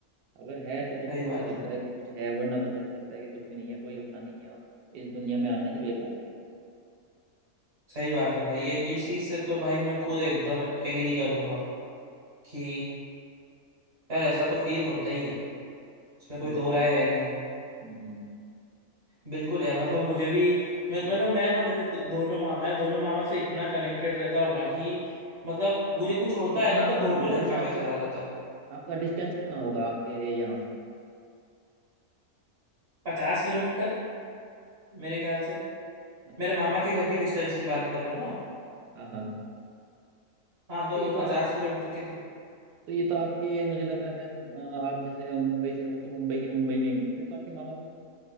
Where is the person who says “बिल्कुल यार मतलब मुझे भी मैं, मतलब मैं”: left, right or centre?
Right